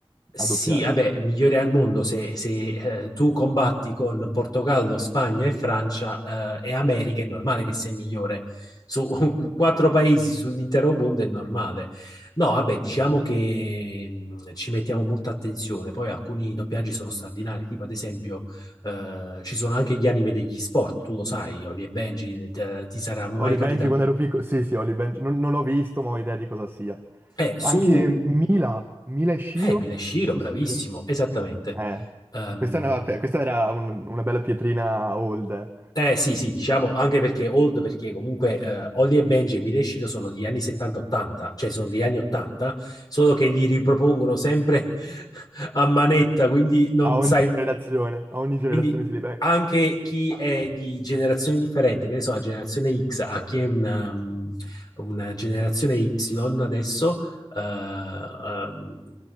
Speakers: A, on the left; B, on the right.
A: sì,
B: a doppiare.
A: vabbè, migliore al mondo se, se, eh, tu combatti con Portogallo, Spagna e Francia eh, e America, è normale che sei migliore. Su <laughs> quattro paesi sull'intero mondo è normale. No, vabbè, diciamo che mh, ci mettiamo molta attenzione. Poi alcuni doppiaggi sono straordinari, tipo ad esempio eh, ci sono anche gli anime degli sport, tu lo sai, Oli e Benji, te- ti sarà mai
B: Holly
A: capitato.
B: Benji quando ero piccolo, sì sì, Holly Benji, non, non l'ho visto ma ho idea di cosa sia.
A: Eh, su...
B: Anche Mila, Mila e Shiro,
A: Eh, Shiro,
B: è possibile?
A: bravissimo, esattamente.
B: Eh,
A: Ehm,
B: questa, è una- questa era un- una bella pietrina old, eh.
A: Eh sì, sì, diciamo anche perché old, perché comunque eh, Holly e Benji e Mila e Shiro sono degli anni 70-80, cioè sono degli anni 80, solo che li ripropongono sempre <laughs> a manetta, quindi non
B: A ogni
A: sai,
B: generazione, a ogni generazione
A: quindi
B: si li becca.
A: anche chi è di generazione differente, che ne so, la generazione X, a chi è una, um, una generazione Y adesso, eh, um,